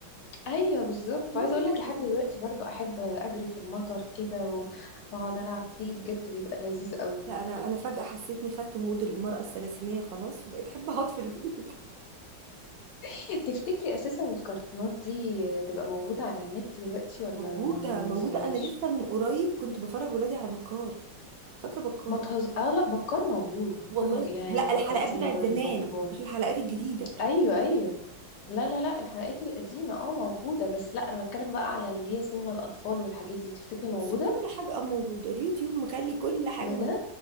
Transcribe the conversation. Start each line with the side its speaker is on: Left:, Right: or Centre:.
Left: ايوه بالظبط
Right: المهم
Left: عايزه اقول
Right: ان
Left: لك
Right: انا
Left: لحد
Right: اتبسطت
Left: دلوقتي برضو احب اجري في المطر كده و- واقعد العب فيه بجد بيبقى لذيذ قوي
Right: لا انا انا فجأة حسيتني خدت مود المرأة الثلاثينية خلاص وبقيت احب اقعد في البيت
Left: <laughs> تفتكري اساسا الكرتونات دي تبقى موجوده على النت دلوقتي ولا
Right: موجودة
Left: ما بينزلوهاش
Right: موجودة انا لسه من قريب كنت بفرج ولادي على بكار فاكرة بكار
Left: ما تهز... اه لا بكار موجود بكار
Right: والله
Left: م... يا
Right: لا
Left: فكرتيني
Right: الحلقات بتاعت
Left: برضو
Right: زمان
Left: ببكار
Right: مش الحلقات الجديدة
Left: ايوه ايوه لا لا لا الحلقات القديمة اه موجودة بس لا انا بتكلم بقى على اللي هي سينما الاطفال والحاجات دي تفتكري
Right: بص
Left: موجودة
Right: كل حاجة موجودة اليوتيوب مخلي كل حاجة
Left: بجد
Right: موجودة